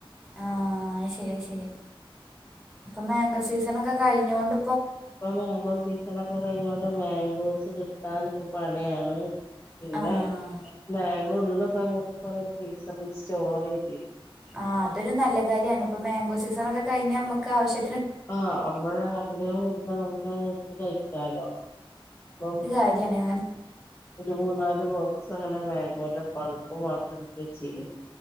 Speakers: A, in the centre; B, on the left.
A: ആഹ് ശരി ശരി ഇപ്പ മാങ്കോ സീസൺൊക്കെ കഴിഞ്ഞൊണ്ട്
B: ഇപ്പൊ മാംഗോ സീസൺ ഒക്കെ കഴിഞ്ഞോണ്ട് മാംഗോസ് കിട്ടൻ ഇപ്പൊ പണിയാണ് പിന്നെ
A: ആഹ്
B: ബേങ്ങോ ഉള്ള സമയത്ത് കൊറെേ ഫ്രീസറി സ്റ്റോർ ചെയ്ത്
A: അത് തരു നല്ല കാര്യമാണ് ഇപ്പൊ മാങ്കോ സീസൺ ഒക്കെ കഴിഞ്ഞാൽ നമുക്ക് ആവശ്യ
B: ആഹ് നമ്മൾ ആഗ്രഹം വരുമ്പ നമുക്ക് കഴിക്കാലോ അപ്പം
A: കാര്യണ്
B: ഒരു മൂന്നാല് വസ അങ്ങനെ മേഘന്റെ പളുപ്പ് മാത്ര എച്ചീന്